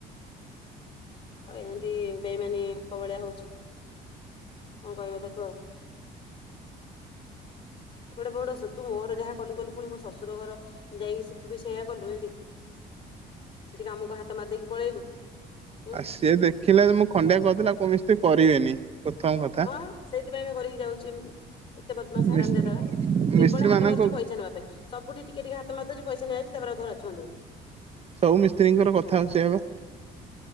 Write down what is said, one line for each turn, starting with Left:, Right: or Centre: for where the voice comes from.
Left: ଆଉ ଏମତି ବେଇମାନୀ ଙ୍କ ଭଳିଆ ହଉଛି, କଣ କହିବ ତାକୁ ଆଉ। <inaudible> ତୁ ମୋର ଯାହା କଲୁ କଲୁ ପୁଣି ମୋ ଶଶୁର ଘର ଯାଇକି ସେ ତୁ ବି ସେୟା କଲୁ ଏଇଟି, ସେଠିକି ଆମକୁ ହାତ ମାରିଦେଇକି ପଳେଇଲୁ। ଉଁ
Right: ଆଉ ସିଏ ଦେଖିଲା ଯେ ମୁଁ ଖଣ୍ଡିଆ କରିଦେଲେ ଆଉ କୋଉ ମିସ୍ତ୍ରୀ କରିବେନି। ପ୍ରଥମ କଥା
Left: ହଁ ସେଇଥିପାଇଁ ବା କରିକି ଯାଉଛି ଏମିତି। ଏତେ ବଦମାସ!
Right: ମିସ୍
Left: !!!!!!!!! ଟା
Right: ମିସ୍ତ୍ରୀ
Left: କେବଳ ହାତ
Right: ମାନଙ୍କ
Left: ମାରୁଛି ପଇସା ନେବା ପାଇଁ। ସବୁଠି ଟିକେ ଟିକେ ହାତ ମାରଦଉଛି ପଇସା ନେଇଯାଉଛି ତାପରେ ଆଉ ଧରା ଛୁଆଁ ଦଉନି।
Right: ସବୁ ମିସ୍ତ୍ରୀଙ୍କର କଥା ହଉଛି ସେଇଆ ପା।